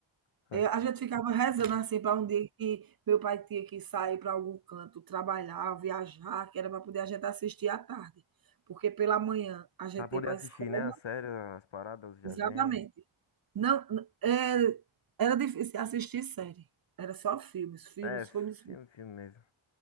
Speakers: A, on the left; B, on the right.
A: <laughs>
B: Eh, a gente ficava rezando assim para um dia que meu pai tinha que sair para algum canto, trabalhar, viajar, que era para poder a gente assistir à tarde. Porque pela manhã a gente
A: Pra poder
B: ia para
A: assistir,
B: a escola
A: né, a série, as paradas, os desenhos.
B: Exatamente. Não, n- é, era difícil assistir série. Era só filmes, filmes,
A: É,
B: filmes, filmes.
A: filme, filme mesmo.